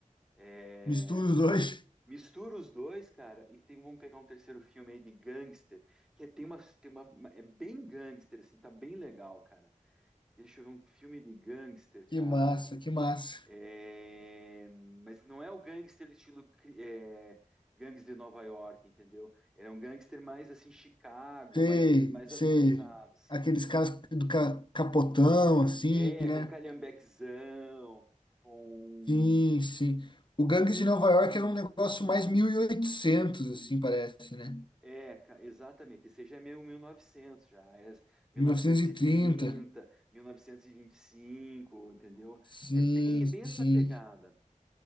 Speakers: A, in the centre; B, on the left (about 35°).
A: É,
B: Mistura os dois. <laughs>
A: mistura os dois, cara, e tem, vamos pegar um terceiro filme aí de gangster, que é, tem uma, tem uma, é bem gangster, assim, tá bem legal, cara. Deixa eu ver um filme de gangster,
B: Que
A: cara.
B: massa, que massa.
A: É, mas não é o gangster estilo cri- é, gangster de Nova York, entendeu? Ele é um gangster mais assim Chicago,
B: Sei,
A: mais, mais
B: sei.
A: atualizado, assim.
B: Aqueles caras do ca- capotão, assim,
A: É,
B: né?
A: com calhambequezão, com
B: Sim, sim. O Gangues de Nova York era um negócio mais 1800 assim, parece, né?
A: é, ca- exatamente. Esse já é meio 1900 já, é 1930,
B: mil novecentos e trinta
A: 1925, entendeu?
B: Sim,
A: É bem, é bem essa
B: sim.
A: pegada.